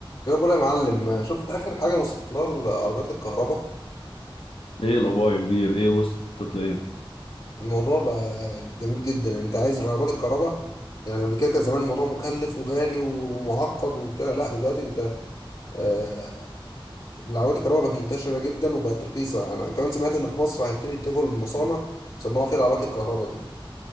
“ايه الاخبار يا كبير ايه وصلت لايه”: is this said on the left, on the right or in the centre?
Left